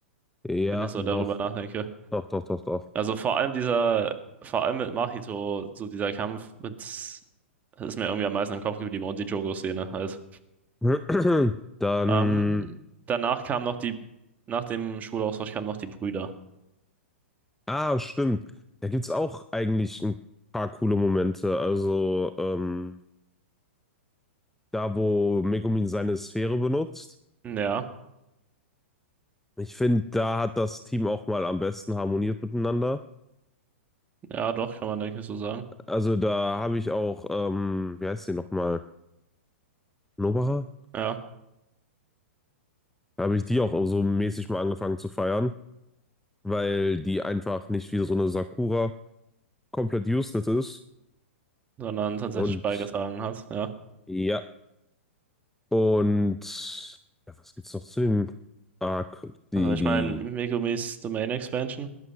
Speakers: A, in the centre; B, on the right (about 25°).
A: Ja,
B: wenn ich so
A: doch,
B: darüber nachdenke.
A: doch, doch, doch, doch.
B: Also vor allem dieser, vor allem mit Mahito, so dieser Kampf, mit, das ist mir irgendwie am meisten im Kopf geblieben und die Jogo-Szene halt.
A: <clears throat> Dann,
B: Ähm, danach kam noch die, nach dem Schulaustausch kamen noch die Brüder.
A: ah, stimmt. Da gibt's auch eigentlich ein paar coole Momente. Also, ähm, da, wo Megumin seine Sphäre benutzt.
B: Ja,
A: Ich finde, da hat das Team auch mal am besten harmoniert miteinander.
B: ja, doch, kann man denke ich so sagen.
A: Also da habe ich auch, ähm, wie heißt die nochmal? Nobacher?
B: Ja,
A: Da habe ich die auch so mäßig mal angefangen zu feiern, weil die einfach nicht wie so eine Sakura komplett useless ist.
B: sondern tatsächlich
A: Und
B: beigetragen hat, ja.
A: ja, und ja, was gibt's noch zu dem Arc?
B: Also
A: Die,
B: ich
A: die,
B: meine, Megumis Domain Expansion,